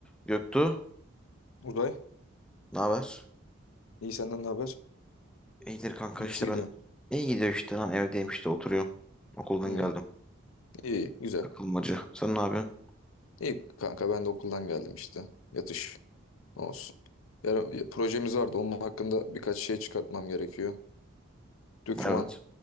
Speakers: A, in the centre; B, on the left.
A: Göktuğ,
B: Uzay,
A: ne haber?
B: iyi senden ne haber?
A: İyidir kanka
B: Nasıl
A: işte
B: gidiyor?
A: ben. İyi gidiyor işte lan evdeyim işte oturuyorum. Okuldan
B: Hmm,
A: geldim.
B: iyi, güzel.
A: Takılmacı. Sen ne yapıyorsun?
B: İyi kanka ben de okuldan geldim işte. Yatış, ne olsun. Yarın projemiz vardı, onun hakkında birkaç şey çıkartmam gerekiyor. Döküman,
A: Evet.